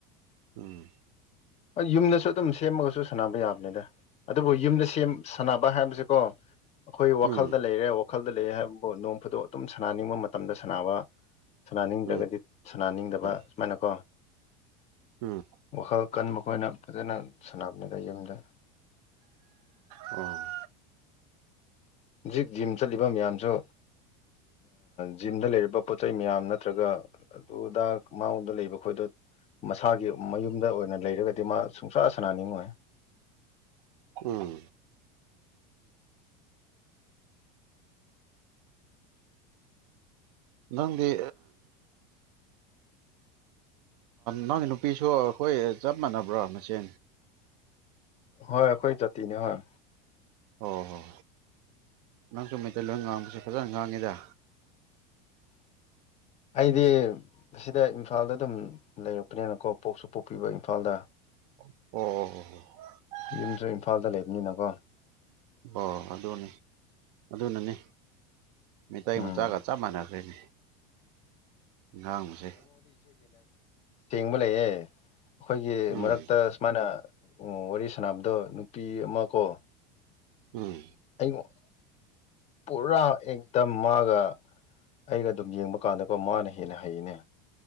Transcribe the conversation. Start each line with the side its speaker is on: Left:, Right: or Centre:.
Right: ꯎꯝ
Left: ꯌꯨꯝꯗꯁꯨ ꯑꯗꯨꯝ ꯁꯦꯝꯃꯒꯁꯨ ꯁꯥꯟꯅꯕ ꯌꯥꯕꯅꯤꯗ ꯑꯗꯨꯕꯨ ꯌꯨꯝꯗ ꯁꯥꯟꯅꯕ ꯍꯥꯏꯕꯁꯤꯀꯣ ꯑꯩꯈꯣꯏ ꯋꯥꯈꯜꯗ
Right: ꯎꯝ
Left: ꯂꯩꯔꯦ ꯋꯥꯜꯗ ꯂꯩꯑꯦ ꯍꯥꯏꯕꯕꯨ ꯅꯣꯡ ꯐꯨꯗꯣꯛ ꯑꯗꯨꯝ ꯁꯅꯥꯅꯤꯡꯕ ꯃꯇꯝꯗ ꯁꯅꯕ ꯁꯅꯥꯅꯤꯡꯗ꯭ꯔꯒꯗꯤ
Right: ꯎꯝ
Left: ꯁꯅꯥꯅꯤꯡꯗꯕ
Right: ꯎꯝ
Left: ꯁꯨꯃꯥꯏꯅꯀꯣ
Right: ꯎꯝ
Left: ꯋꯥꯈꯜ ꯃꯈꯣꯏꯅ ꯐꯖꯅ ꯁꯅꯥꯞꯅꯦꯗꯥ ꯌꯦꯗ
Right: ꯎꯝ
Left: ꯍꯧꯖꯤꯛ ꯖꯤꯝ ꯆꯠꯂꯤꯕ ꯃꯌꯥꯝꯁꯨ ꯖꯤꯝꯗ ꯂꯩꯔꯤꯕ ꯄꯣꯠ ꯆꯩꯩ ꯃꯌꯥꯝ ꯅꯠꯇ꯭ꯔꯒ ꯑꯗꯨ ꯑꯗ ꯃꯥꯉꯣꯟꯗ ꯂꯩꯕ ꯈꯣꯏꯗꯣ ꯃꯁꯥꯒꯤ ꯃꯌꯨꯝꯗ ꯑꯣꯏꯅ ꯂꯩꯔꯒꯗꯤ ꯃꯥ ꯁꯨꯡꯁꯥ ꯁꯥꯟꯅꯥꯅꯤꯡꯉꯣꯏ
Right: ꯎꯝ ꯅꯪꯗꯤ ꯅꯪꯒꯤ ꯅꯨꯄꯤꯁꯨ ꯑꯩꯈꯣꯏ ꯆꯞ ꯃꯥꯟꯅꯕ꯭ꯔꯥ ꯃꯆꯦ
Left: ꯍꯣꯏ ꯑꯩꯈꯣꯏ ꯖꯥꯇꯤꯅꯦ ꯍꯣꯏ
Right: ꯑꯣ ꯍꯣꯏ ꯅꯪꯁꯨ ꯃꯩꯇꯩ ꯂꯣꯏ ꯉꯥꯡꯕꯁꯦ ꯐꯖꯅ ꯉꯥꯡꯉꯤꯗ
Left: ꯑꯩꯗꯤ ꯁꯤꯗ ꯏꯝꯐꯥꯜꯗ ꯑꯗꯨꯝ ꯂꯩꯔꯛꯄꯅꯤꯅꯀꯣ ꯄꯣꯛꯁꯨ ꯄꯣꯛꯄꯤꯕ ꯏꯝꯐꯥꯜꯗ
Right: ꯑꯣ
Left: ꯌꯨꯝꯁꯨ ꯏꯝꯐꯥꯜꯗ ꯂꯩꯕꯅꯤꯅꯀꯣ
Right: ꯑꯣ ꯑꯗꯨꯅꯤ ꯑꯗꯨꯅꯅꯤ ꯃꯩꯇꯩ
Left: ꯎꯝ
Right: ꯃꯆꯥꯒ ꯆꯞ ꯃꯥꯟꯅꯈ꯭ꯔꯦꯅꯦ ꯉꯥꯡꯕꯁꯦ
Left: ꯕꯂꯩꯌꯦ ꯑꯩꯈꯣꯏꯒꯤ
Right: ꯎꯝ
Left: ꯃꯔꯛꯇ ꯁꯨꯃꯥꯏꯅ ꯑꯣ ꯋꯥꯔꯤ ꯁꯥꯟꯅꯕꯗꯣ ꯅꯨꯄꯤ ꯑꯃ ꯀꯣ
Right: ꯎꯝ
Left: ꯑꯩꯃꯨꯛ ꯄꯨꯔꯥ ꯑꯦꯗꯝ ꯃꯥꯒ ꯑꯩꯒ ꯑꯗꯨꯝ ꯌꯦꯡꯕ ꯀꯥꯟꯗꯀꯣ ꯃꯥꯅ ꯍꯦꯟꯅ ꯍꯩꯅꯦ